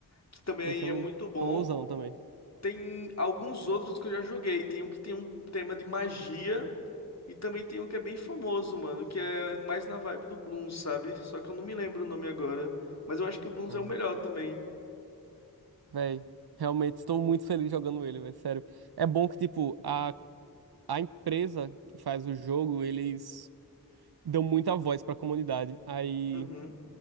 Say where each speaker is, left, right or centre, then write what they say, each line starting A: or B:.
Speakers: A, on the left; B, on the right.
A: que também
B: Esse é
A: é
B: um
A: muito bom.
B: famosão também.
A: Tem alguns outros que eu já joguei. Tem um que tem um tema de magia. E também tem um que é bem famoso, mano, que é mais na vibe do Bloons, sabe? Só que eu não me lembro o nome agora. Mas eu acho que o Bloons
B: Ah,
A: é o
B: não.
A: melhor também.
B: Véi, realmente estou muito feliz jogando ele, véi, sério. É bom que, tipo, a, a empresa que faz o jogo, eles dão muita voz pra comunidade. Aí
A: Uhum.